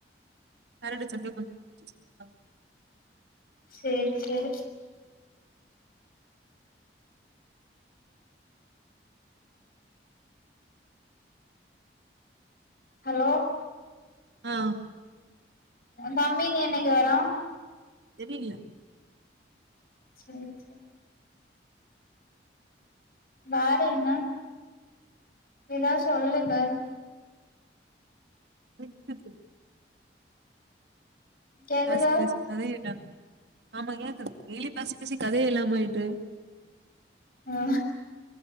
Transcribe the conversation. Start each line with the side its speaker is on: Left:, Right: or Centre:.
Right: சட்டர்டே சண்டே கொஞ்ச <inaudible>
Left: சேரி சேரி ஹலோ
Right: ஆ
Left: தம்பி இனி என்னைக்கு வரா
Right: தெரியல
Left: சரி சரி வேற என்ன ஏதாது சொல்லுங்க
Right: <unintelligible>
Left: கேக்குதா
Right: பேச பேச கத <unintelligible> ஆமா ஏ கத டெய்லி பேசி பேசி கதையே இல்லாமாயிட்டு
Left: ஆ